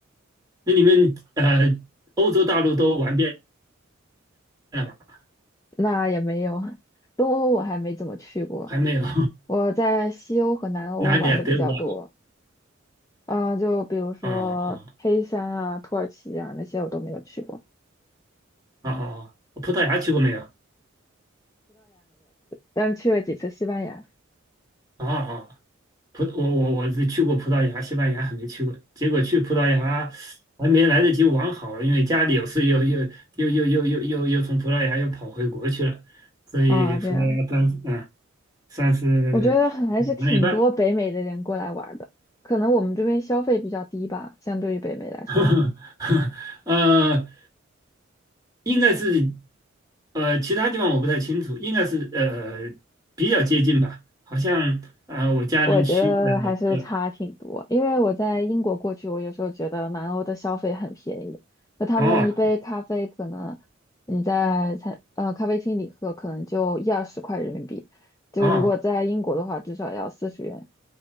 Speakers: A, on the right (about 15°); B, on the left (about 15°).
A: 那你们呃欧洲大陆都玩遍了吗？
B: 那也没有，东欧我还没怎么去过，
A: 还没有？<laughs>
B: 我在西欧和南欧玩的比较多，
A: 哪里啊？德国
B: 啊、就比如说黑山啊、
A: 啊？啊啊
B: 土耳其啊那些我都没有去过，
A: 啊啊！葡萄牙去过没有？
B: 但是去了几次西班牙
A: 啊啊葡我我我是去过葡萄牙、西班牙，还没去过。结果去葡萄牙还没来得及玩好，因为家里有事又又又又又又又又从葡萄牙又跑回国去了，所以葡萄牙算嗯
B: 啊、这样
A: 算是
B: 我觉得还是挺多北美的人过来玩儿的，
A: 玩了一半。
B: 可能我们这边消费比较低吧，相对于北美来说。
A: <laughs> 呃，应该是呃其他地方我不太清楚，应该是呃比较接近吧，好像呃我家人去呃呃
B: 我觉得还是差挺多，因为我在英国过去，我有时候觉得南欧的消费很便宜，那他们一杯咖啡可能你在餐呃咖啡厅里喝，
A: 哦
B: 可能就一二十块人民币，就如果在英国的话，
A: 哦
B: 至少要四十元。